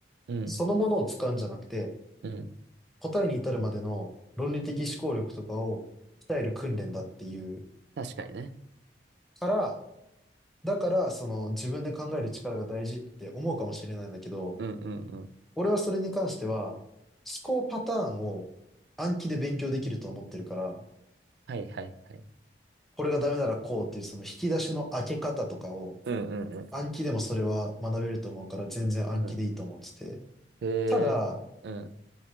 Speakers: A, on the right (about 70°); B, in the centre.
A: うん。
B: そのものを使うんじゃなくて、
A: うん。
B: 答えに至るまでの論理的思考力とかを鍛える訓練だっていう
A: 確かにね。
B: から、だからその自分で考える力が大事って思うかもしれないんだけど、
A: うんうんうん。
B: 俺はそれに関しては、思考パターンを暗記で勉強できると思ってるから、
A: はいはいはい。
B: これがダメならこうっていうその引き出しの開け方とかを
A: うんうんうん。
B: 暗記でもそれは学べると思うから全然暗記でいいと思ってて。
A: うん。へえ。
B: ただ、
A: うん。